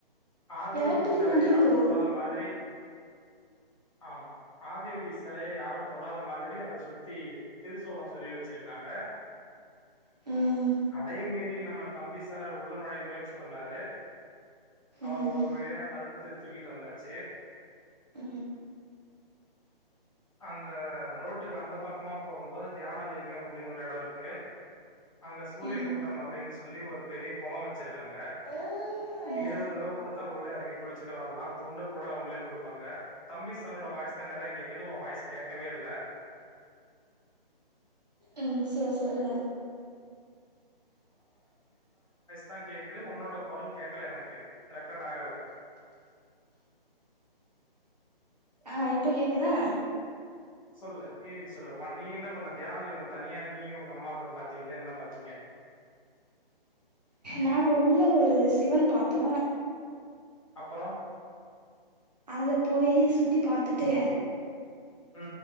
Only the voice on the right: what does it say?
எலக்ட்ரிக்
வண்டியும்
போகுது
ம்
ம்
உ
ம்
ம்
உ செரி சொல்லுங்க
ஆ இப்ப கேக்குதா
நாங்க உள்ள ஒரு சிவன் பாத்தோ
அத போயி சுத்தி பாத்துட்டு